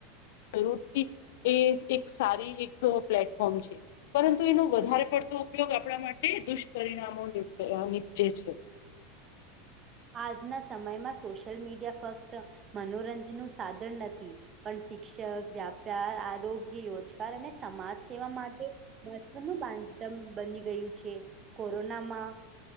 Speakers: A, on the left (about 70°); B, on the right (about 35°).
A: જરૂરથી એ એક સારી એક પ્લેટફોર્મ છે. પરંતુ એનો વધારે પડતો ઉપયોગ આપણા માટે દુષ્પરિણામો નીપજે છે.
B: આજના સમયમાં સોશિયલ મીડિયા ફક્ત મનોરંજન નું સાધન નથી. પણ શિક્ષક વ્યાપાર આરોગ્ય યોજના સરકાર અને સમાજ સેવા માટે મહત્વનું બાધ બની ગયુ છે, કોરોનામાં